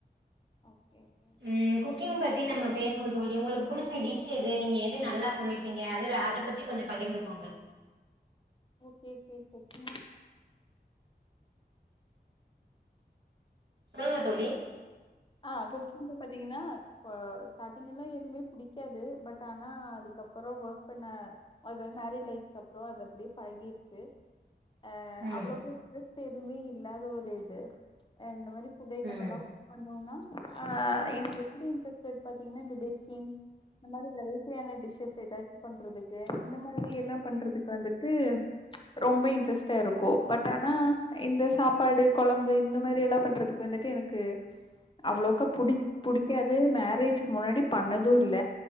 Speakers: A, on the left; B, on the right.
A: ஓக்கே ஏகே
B: ம் குக்கிங் பத்தி நம்ம பேசுவோ தோழி உங்ளுக் புடிச்ச டிஷ் எது நீங்க எது நல்லா சமைப் பிங்க அதுல அத பத்தி கொஞ்சோ பகிர்ந்துகோங்க
A: ஓகேகே குக்கிங்
B: சொல்லுங்க தோழி
A: ஆ இப்போ புல்ல பாத்தீங்கின்னா பொ ஸ்டாடிங்கெல்லா எதுமே புடிக்காது பட் ஆனா அதுக்கப்பறோ ஒர்க் பண்ண அது மேரே லைஃப் கப்றோ அது அப்டியே பழகிருச்சு அ
B: ம்
A: அவ்ளோக்கு இட்ரெஸ்ட் எதுமே இல்லாத ஒரு இது அ இந்த மாரி ஃபுட் ஐட்டம்
B: ம்
A: எல்லாவ் பண்ணுவோனா ஆ இன் எப்டி இன்ட்ரெஸ்டட் பாத்தீங்கன்னா இந்த பேக்கிங் இந்த மாறி வெரைட்டியான டிஷ்ஷஸ் ஏதாச்சு பண்றதுக்கு இந்த மாதிரி எல்லா பண்றதுக் வந்துட்டு ரொம்ப இன்ட்ரஸ் ட்டருக்கு பட் ஆனா இந்த சாப்பாடு கொழம்பு இந்த மாறி எல்லா பண்றதுக்கு வந்துட்டு எனக்கு அவ்ளோக்கா புடிக் புடிக்காது மேரேஜ்க்கு முன்னாடி பண்ணது இல்ல